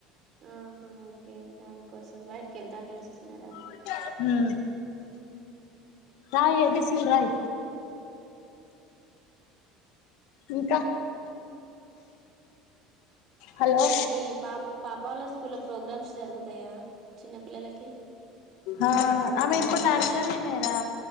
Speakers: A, on the right; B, on the left.
A: ఆహా ఓకే దానికోసం బయటికి వెళ్తా నేను ఇప్పుడు
B: ఊ
A: ఉమ్.
B: రాయ్ ఏబిస్ సి లు రాయ్ ఇంకా
A: ఉ
B: హలో
A: మీ పాప్ పాప వాళ్ళ స్కూల్లో ప్రోగ్రామ్స్ జరుగుతాయా చిన్న పిల్లలకి
B: అ ఆమె ఇప్పుడు నర్సరీ నే రా